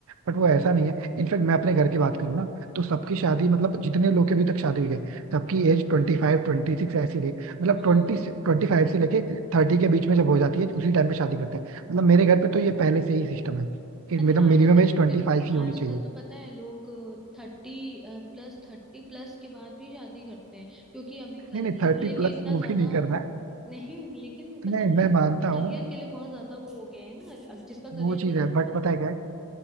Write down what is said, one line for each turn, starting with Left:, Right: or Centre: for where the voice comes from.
Right: बट वो ऐसा नहीं है इनफैक्ट मैं अपने घर की बात करूँ ना तो सबकी शादी मतलब जितने लोग की अभी तक शादी हुई है सबकी एज ट्वेंटी फाइव ट्वेंटी सिक्स ऐसी रही मतलब
Centre: हाँ
Right: ट्वेंटी ट्वेंटी फाइव से लेके थर्टी के बीच में जब हो जाती है उसी टाइम पे शादी करते हैं मतलब मेरे घर पे तो ये पहले से ही सिस्टम है कि
Centre: ताकि
Right: मतलब
Centre: आजकल
Right: मिनिमम एज
Centre: तो
Right: ट्वेंटी
Centre: फिर
Right: फाइव
Centre: भी
Right: ही होनी
Centre: आजकल
Right: चाहिए
Centre: तो पता है लोग थर्टी प्लस थर्टी प्लस के बाद भी शादी करते हैं क्योंकि अभी
Right: नहीं
Centre: करियर
Right: नहीं थर्टी
Centre: को लेके
Right: प्लस
Centre: इतना
Right: वो
Centre: ज्यादा
Right: भी नहीं करना है
Centre: नहीं लेकिन
Right: नहीं
Centre: पता है
Right: मैं मानता हूँ
Centre: करियर के लिए बहुत ज्यादा वो हो गए हैं ना जिसका
Right: वो
Centre: करियर
Right: चीज
Centre: चल
Right: है
Centre: रहा
Right: बट पता
Centre: है,
Right: है क्या